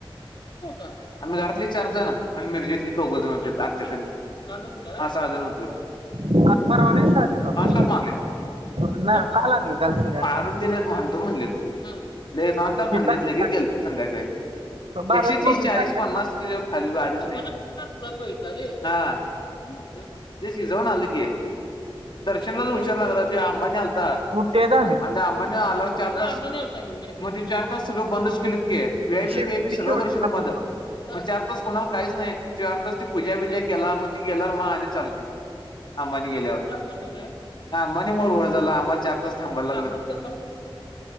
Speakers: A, on the left; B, on the right.
A: आम्ही घरातली चार जण आणि मिर्जेतले दोघ जण होते आत्यासंग हा साधन होत.
B: काल परवा दिवशी आले बाबा
A: नॉनस्टॉप मारलेत
B: ना काल आणली काल संध्याकाळी
A: मारून दिलेत म्हणतो म्हणलेत. हम्म नही आता म्हणल
B: इथं
A: लगेच गेलतो संध्याकाळी
B: बाजारात
A: एकशे
B: मम्मी
A: तीस चाळीस
B: चालल्या
A: पन्नास <unintelligible> ते शिजवून आली कि दर्शनलाच हुशार लागलं ते अंबानी आलता
B: मुठ्ठी धामीन
A: आणि अंबानी आला चार पाच मग ते चार तास सगळं बंदच केले इतक वीआयपी
B: शेपटी
A: बीआयपी सगळं
B: शेवटी
A: दर्शन बंद मग चार कोणाला काहीच नाही. पूजा बिजा केला मग ती गेल्यावर मग आणि चालू केल अंबानी गेल्यावर अंबानी मुळ घोळ झाला आम्हाला चार तास थांबायला लागलं